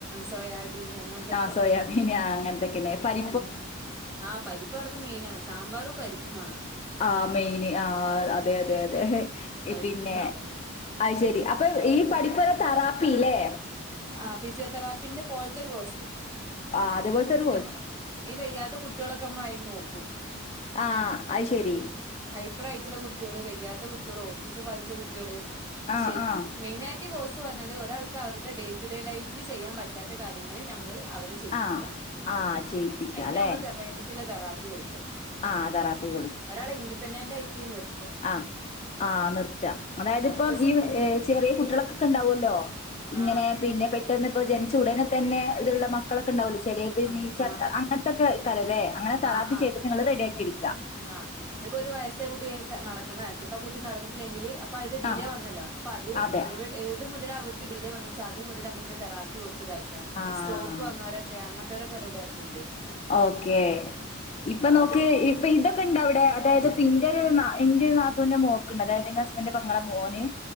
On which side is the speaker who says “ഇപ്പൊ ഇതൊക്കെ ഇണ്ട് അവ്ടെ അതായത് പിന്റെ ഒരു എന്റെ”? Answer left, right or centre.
Left